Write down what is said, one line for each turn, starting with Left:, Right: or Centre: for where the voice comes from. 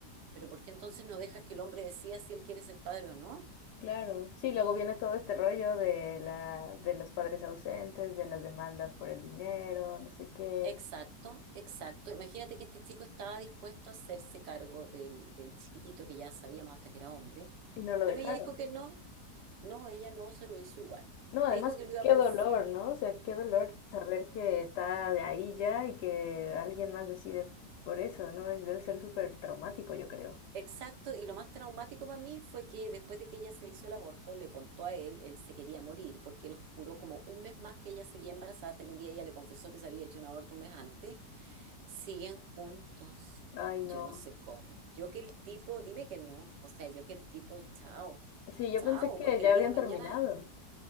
Right: pero ¿por qué entonces no dejas que el hombre decida si él quiere ser padre o no?
Left: Claro, sí, luego viene todo este rollo de la, de los padres ausentes, de las demandas por el dinero, no sé qué,
Right: Exacto, exacto. Imagínate que este chico estaba dispuesto a hacerse cargo del, del chiquitito que ya sabíamos hasta que era hombre,
Left: y no lo
Right: pero
Left: dejaron.
Right: ella dijo que no No, ella no se lo hizo igual.
Left: No, además,
Right: Le dijo que lo iba
Left: qué
Right: a pensar.
Left: dolor, ¿no? O sea, qué dolor saber que está de ahí ya y que alguien más decide por eso, ¿no? Es- debe ser súper traumático, yo creo.
Right: Exacto, y lo más traumático para mí fue que después de que ella se hizo el aborto, le contó a él, él se quería morir, porque él juró como un mes más que ella seguía embarazada, hasta que un día ella le confesó que se había hecho un aborto un mes antes. Siguen juntos.
Left: Ay, no.
Right: Yo no sé cómo. Yo que el tipo, dime que no. O sea, yo que el tipo, chao,
Left: Sí, yo
Right: chao,
Left: pensé que
Right: porque
Left: ya
Right: el día
Left: habían
Right: de mañana
Left: terminado.